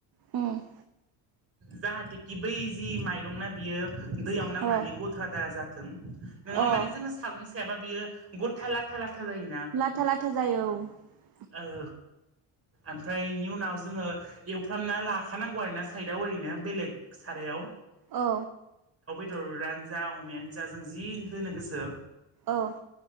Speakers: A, on the right; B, on the right.
A: हम
B: जाहाथेखि बै जि माइरंना बियो दैयाव नांनानै
A: अ
B: गथा दा जाथों नङाबा
A: अ
B: माने जोङो सागं सायाबा बियो गथा लाथा लाथा जायोना।
A: लाथा लाथा जायो औ
B: औ ओमफ्राय एनि उनाव जोङो एवफ्रामना लाखानांगौ आरो ना साइदआव ओरै'नो बेलेग सारायाव
A: औ
B: दरानो जा अमायानो जा जों जि होनो गोसो
A: औ।